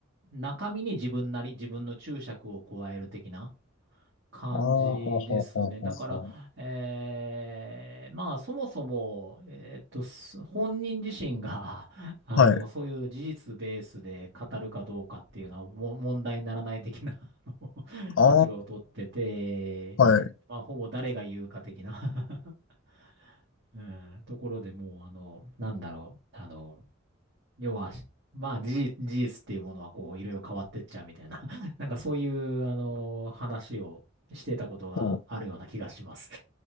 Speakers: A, on the right; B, on the left.
A: 中身に自分なり、自分の注釈を加える的な、感じですね。
B: あ、ほうほうほうほうほ
A: だから、えーまあ、そもそも、えーっと、す本人自身が、<laughs> あの、
B: う。はい。
A: そういう事実ベースで語るかどうかっていうのは、も問題にならない的な、あの
B: ああ、
A: 立場を取ってて、
B: はい。
A: まあ、ほぼ誰が言うか的な <laughs> うん、ところでもう、あの、なんだろう、あの、要は、まあ、事実、事実っていうものは、こう、いろいろ変わってっちゃうみたいな、<laughs> なんかそういう、あの、話をしてたことがあるような気がします。
B: ほ